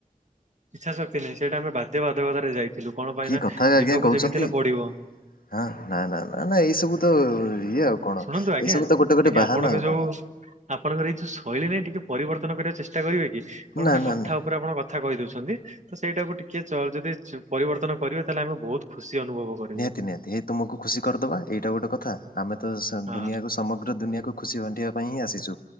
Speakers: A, on the right; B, on the left.
A: ଇଚ୍ଛା ଶକ୍ତି ନାହିଁ ସେଇଟା ଆମେ ବାଦ୍ୟ ବାଧକତାରେ ଯାଇଥିଲୁ କଣ ପାଇଁନା
B: କି କଥା ଆଜ୍ଞା
A: ଯିବାକୁ
B: କହୁଛନ୍ତି
A: ଯେମିତି ହେଲେ ପଡିବ।
B: ହଁ ନା ନା ନା ନା ଏଇ ସବୁ ତ ଇଏ ଆଉ କଣ
A: ଶୁଣନ୍ତୁ
B: ଏଇ
A: ଆଜ୍ଞା
B: ସବୁ ତ ଗୋଟେ ଗୋଟେ
A: ଆଜ୍ଞା
B: ବାହାନା
A: ଆପଣଙ୍କ
B: ଆଉ
A: ଯୋଉ
B: କଣ?
A: ଆପଣଙ୍କର ଏଇ ଯଉ ଶୈଳିରେ ଟିକେ ପରିବର୍ତ୍ତନ କରିବା ଚେଷ୍ଟା କରିବେ କି କଣ
B: ନା
A: ମ
B: ନା
A: କଥା
B: ନା
A: ଉପରେ ଆପଣ କ କଥା କହି ଦଉଛନ୍ତି ତ ସେଇଟାକୁ ଟିକେ ଚ ଯଦି ପରିବର୍ତ୍ତନ କରିବେ ତାହେଲେ ଆମେ ବହୁତ ଖୁସି ଅନୁଭବ କରିବୁ।
B: ନିହାତି ନିହାତି ହେଇ ତୁମକୁ ଖୁସି କରିଦବା ଏଇଟା ଗୋଟେ କଥା ଆମେ ତ ସା
A: ହଁ
B: ଦୁନିଆକୁ ସମଗ୍ର ଦୁନିଆକୁୁ ଖୁସି ବାଣ୍ଟିବା ପାଇଁ ହିଁ ଆସିଛୁ